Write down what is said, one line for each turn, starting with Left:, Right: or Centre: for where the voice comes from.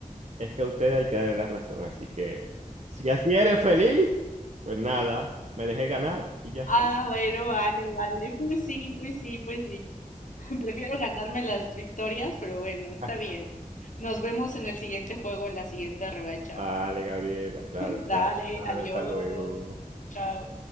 Right: es que a usted hay que darle la razón. Así que si así eres feliz, pues nada, me dejé ganar y ya está.
Left: Ah, bueno, vale, vale. Pues sí, pues sí, pues sí. <laughs> Prefiero ganarme las victorias, pero bueno, está
Right: <laughs>
Left: bien. Nos vemos en el siguiente juego, en la siguiente revancha.
Right: Vale, Gabriela,
Left: <laughs>
Right: claro, claro.
Left: Dale,
Right: Vale,
Left: adiós.
Right: hasta luego.
Left: Chao.